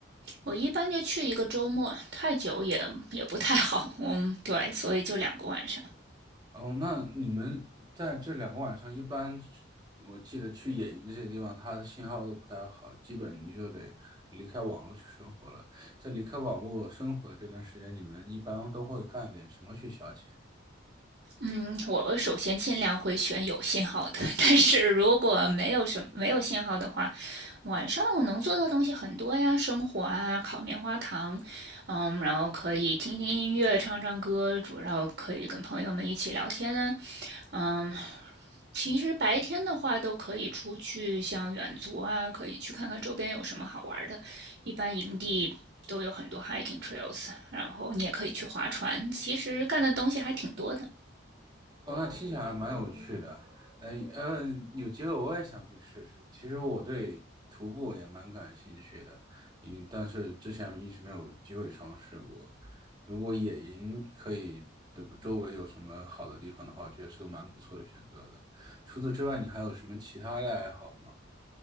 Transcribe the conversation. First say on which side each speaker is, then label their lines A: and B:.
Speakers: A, on the right; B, on the right.
A: 我一般就去一个周末，太久也也不太好。嗯，对，所以就两个晚上。
B: 哦，那你们在这两个晚上，一般去我记得去野营这些地方，它的信号都不太好，基本你就得离开网络去生活了。在离开网络生活这段时间，你们一般都会干点什么去消遣？
A: 嗯，我首先尽量会选有信号的，<laughs> 但是如果没有什么没有信号的话，晚上我能做到东西很多呀，生火啊，烤棉花糖，嗯，然后可以听听音乐，唱唱歌，主要可以跟朋友们一起聊天啊，嗯，其实白天的话都可以出去，像远足啊，可以去看看周边有什么好玩的。一般营地都有很多 hiking trails，然后你也可以去划船。其实干的东西还挺多的。
B: 哦，那听起来蛮有趣的。呃呃，有机会我也想去试试。其实我对徒步也蛮感兴趣的，嗯，但是之前一直没有机会尝试过。如果野营可以，对吧周围有什么好的地方的话，我觉得是个蛮不错的选择的。除此之外，你还有什么其他的爱好吗？